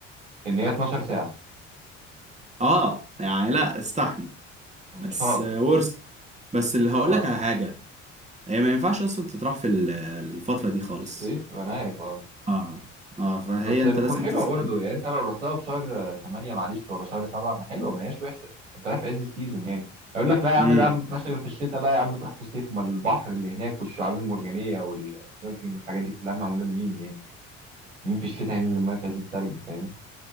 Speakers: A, on the right; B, on the right.
A: ان هي 12 ساعة
B: اه يعني لا استحمل
A: مش
B: بس
A: هقدر
B: آه، ورث بس اللي
A: مش
B: هقول
A: هقدر
B: لك على حاجة هي ما ينفعش اصلا تطرح في ال- الفترة دي خالص
A: في الصيف انا عارف اه
B: اه اه فهي
A: بس بتكون
B: انت لازم
A: حلوه
B: تستنى
A: برضو يعني انت لو رحتها في شهر 8 معلش ولا شهر 7 ما حلوه ما هياش وحشه انت رايح في عز السيزون يعني اقول لك لا يا عم
B: امم
A: ده ما تروحش غير في الشتاء لا يا عم تروح في الصيف ما البحر اللي هناك والشعاب المرجانيه والسنوركينج والحاجات دي كلها معموله لمين يعني مين في الشتاء هينزل الميه في عز التلج فاهم